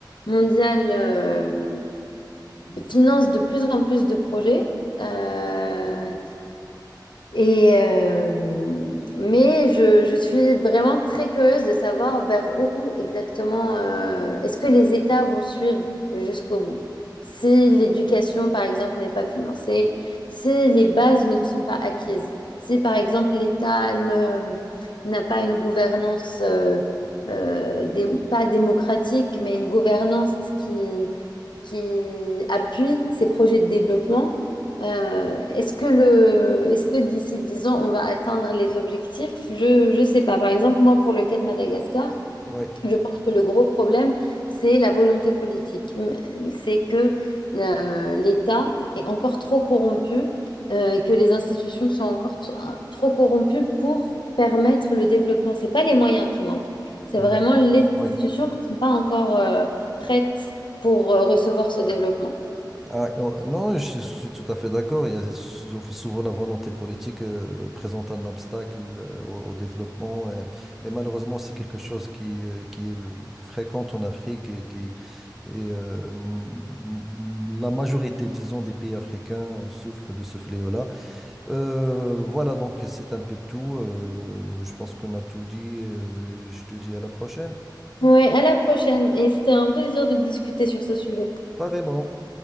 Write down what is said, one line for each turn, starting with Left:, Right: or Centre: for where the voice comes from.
Left: mondiale euh, finance de plus en plus de projets. euh, et, euh, mais je, je suis vraiment très curieuse de savoir vers où exactement euh, est-ce que les États vont suivre jusqu'au bout. Si l'éducation, par exemple, n'est pas financée, si les bases ne sont pas acquises, si, par exemple, l'État ne, n'a pas une gouvernance euh, euh, dé- pas démocratique, mais une gouvernance qui, qui appuie ces projets de développement. Euh, est-ce que le, est-ce que d'ici 10 ans, on va atteindre les objectifs? Je ne sais pas. Par exemple, moi, pour le cas de Madagascar,
Centre: Oui,
Left: je pense que le gros problème, c'est la volonté politique. M- C'est que euh, l'État est encore trop corrompu, euh, et que les institutions sont encore t- un- trop corrompues pour permettre le développement. C'est pas les moyens qui manquent, c'est
Centre: oui,
Left: vraiment les
Centre: oui.
Left: institutions qui ne sont pas encore euh, prêtes pour euh, recevoir ce développement.
Centre: Ah, euh, non, je, je suis tout à fait d'accord. Il y a sou- souvent la volonté politique euh, présente un obstacle euh, au, au développement. euh, Et, malheureusement, c'est quelque chose qui, euh, qui est fréquent en Afrique et qui et, euh, m- m- la majorité, disons, des pays africains souffrent de ce fléau-là. Euh, voilà, donc c'est un peu tout. Euh, je pense qu'on a tout dit. Euh, je te dis à la prochaine.
Left: Ouais, à la prochaine. Et c'était un plaisir de discuter sur ce sujet.
Centre: Pas vraiment.